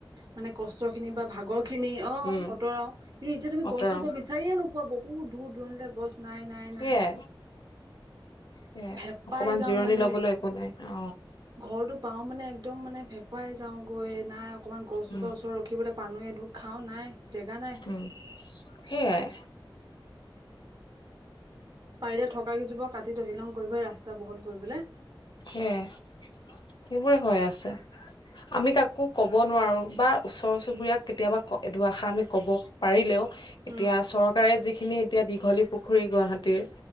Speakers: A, on the right; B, on the left.
A: মানে কষ্ট খিনি বা ভাগৰ খিনি অ
B: উম
A: আঁতৰাও কিন্তু এতিয়া তুমি
B: অতৰাও
A: গছজোপা বিচাৰিয়ে নোপোৱা বহুত দূৰ-দূৰনিলে গছ নাই নাই
B: সেয়াই
A: নাই।
B: সেয়াই
A: হেপাই
B: অকমান
A: যাওঁ
B: জিৰণি
A: মানে
B: লবলৈ
A: নে
B: একো নাই অ
A: ঘৰটো পাওঁ মানে, একদম মানে ভেপাই যাওঁ গৈ নাই অকণমান গছজোপা
B: উম
A: ওচৰত ৰখিবলৈ পানো এঢোক খাওঁ নাই জেগা নাই।
B: উম সেয়াই
A: পাৰিলে থকা কেইজোপাও কাটি তহিলং কৰিব ৰাস্তা বহল কৰিবলৈ।
B: সেয়া, সেইবোৰে হৈ আছে। আমি কাকো কব নোৱাৰো বা ওচৰ চুবুৰীয়াক কেতিয়াবা দুৱাষাৰ আমি কব পাৰিলেও। এতিয়া
A: উম
B: চৰকাৰে যিখিনি এতিয়া দীঘলী পুখুৰী গুৱাহাটীৰ